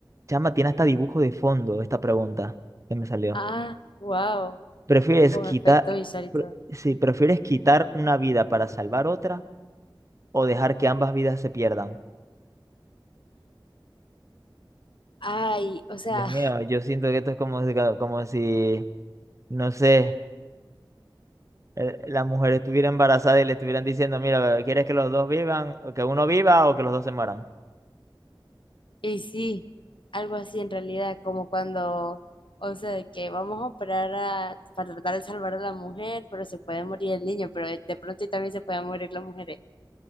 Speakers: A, on the right; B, on the left.
A: Chama, tiene hasta dibujo de fondo esta pregunta que me salió.
B: Ah, wow,
A: ¿Prefieres
B: con
A: quitar,
B: efecto visual y
A: pre-
B: todo.
A: si prefieres quitar una vida para salvar otra o dejar que ambas vidas se pierdan?
B: Ay, o sea,
A: Dios
B: <laughs>
A: mío, yo siento que esto es como, si- como si, no sé, eh, la mujer estuviera embarazada y le estuvieran diciendo, mira, eh, ¿quieres que los dos vivan, o que uno viva o que los dos se mueran?
B: y sí, algo así en realidad, como cuando, o sea, de que vamos a operar a- para tratar de salvar a la mujer, pero se puede morir el niño, pero de, de pronto y también se pueden morir las mujeres.